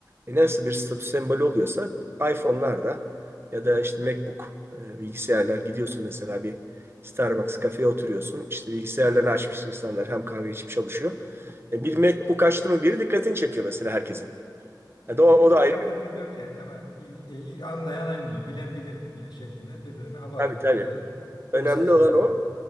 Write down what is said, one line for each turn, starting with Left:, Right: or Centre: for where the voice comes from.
Right: E, nasıl bir statü sembolü oluyorsa iPhone'lar da ya da işte MacBook e, bilgisayarlar gidiyorsun mesela bir Starbucks kafeye oturuyorsun. İşte bilgisayarlarını açmış insanlar hem kahve içip çalışıyor. E, bir MacBook açtı mı biri dikkatini çekiyor mesela herkesin.
Left: Ve
Right: Ya da
Left: Benim
Right: o, o
Left: çok
Right: da ayrı
Left: takıntım
Right: bir
Left: yok yani ama il- e, anlayan anlıyor, bilen bilir e, şeklinde birbirine hava atıyorlar
Right: tabii tabii.
Left: veya mesaj
Right: Önemli olan
Left: veriyorlar.
Right: o